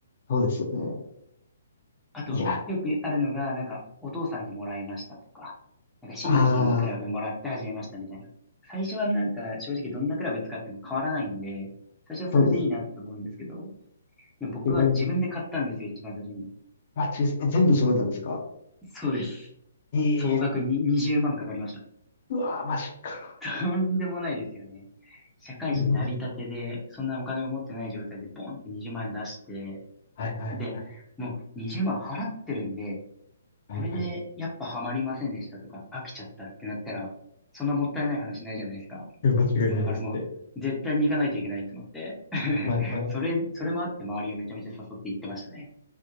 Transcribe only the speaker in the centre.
あと、
よくあるのが、なんか、お父さんにもらいましたとか、なんか親族にクラブもらって始めましたみたいな。
最初はなんか、正直どんなクラブ使っても変わらないんで、最初はそれでいいなって思うんですけど、
でも僕は自分で買ったんですよ、
一番最初に。
そうです。
総額に20万かかりました。
<laughs> とんでもないですよね。社会人なりたてで、
そんなお金を持ってない状態でボンって20万円出して、
で、もう20万払ってるんで、これでやっぱハマりませんでしたとか、
飽きちゃったってなったら、そんなもったいない話ないじゃないですか。
もうだからもう、絶対に行かないといけないと思って。<laughs>
それ、それもあって周りをめちゃめちゃ誘って行ってましたね。